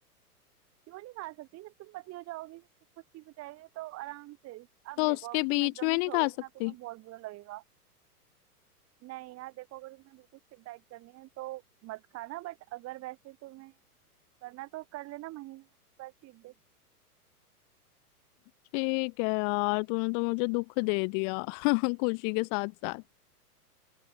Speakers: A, on the right (about 30°); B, on the left (about 30°).
A: क्यों नहीं खा सकती जब तुम पतली हो जाओगी जब सब कुछ ठीक हो जाएगी तो आराम से अब
B: तो
A: देखो
B: उसके
A: अभी तुम
B: बीच
A: एकदम
B: में नहीं
A: से छोड़ोगी
B: खा सकती
A: ना तुम्हें बहुत बुरा लगेगा नहीं यार देखो अगर तुम्हें बिल्कुल स्ट्रिक्ट डाइट करनी है तो मत खाना बट अगर वैसे तुम्हें करना तो कर लेना महीने में एक बार चीट डे
B: ठीक है यार तूने तो मुझे दुख दे दिया <laughs> खुशी के साथ साथ